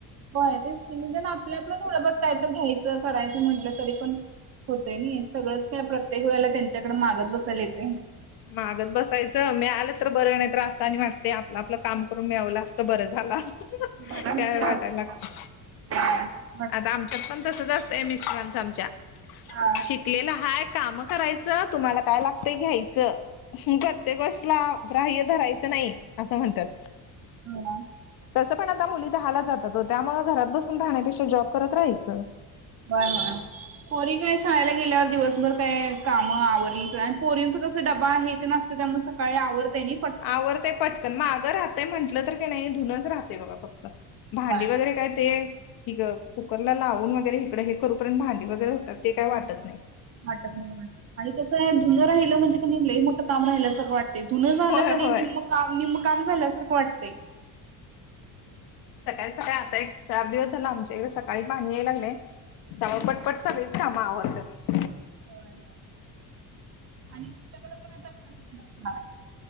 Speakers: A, on the right (about 35°); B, on the left (about 55°).
A: व्हय ते की निदान आपल्या आपल थोडंफार काही तर घ्यायचं करायचं म्हटलं तरी पण होतय नी सगळंच काय प्रत्येक वेळेला त्यांच्याकड मागत बसायला येतय.
B: मागत बसायचं, मीळालं तर बरं नाही तर असं आणि वाटतय आपलं आपलं काम करून मिळवलं असतं बरं झालं असतं.
A: बरच
B: त्यावेळी वाटायला लागत
A: <unintelligible>
B: आता आमच्यात पण तसच असतय मिस्टरांच आमच्या,
A: हा
B: शिकलेला हाय काम करायचं तुम्हाला काय लागतय घ्यायचं. प्रत्येक गोष्टला ग्राह्य धरायचं नाही असं म्हणतात.
A: हो ना
B: तसं पण आता मुली दहालाचं जातात हो त्यामुळ घरात बसून राहण्यापेक्षा जॉब करत राहायचं.
A: बर <unintelligible> पोरी काय शाळेला गेल्यावर दिवसभर काय कामं आवरली आणि पोरींच कस डबा हे तेन असतय त्यामुळे सकाळी आवरतय नई.
B: आवरतय पटकन. मागं राहतय म्हंटलं तर की नई धुूनच राहतय बघा फक्त. भांडी
A: बाय
B: वगैरे काय ते, हीक -कुकरला लावून वगैरे हिकडं करू पर्यंत भांडी वगैरे होतात, ते काय वाटत नाही.
A: वाटत नाही. आणि कसंय धून राहिलं म्हणजे कणी लई मोठं काम राहिल्या सारखं वाट धूनं झालं
B: होय
A: कणी
B: होय
A: निम्म काम निम्म काम झाल्या सारखं वाटतंय.
B: सकाळी सकाळी आता एक चार दिवस झाल आमच्या इथ सकाळी पाणी याय लागलय. त्यामुळं पट पट सगळीच कामं आवरत्यात.
A: व्हय व्हय आणि तुमच्याकड पण आता <unintelligible>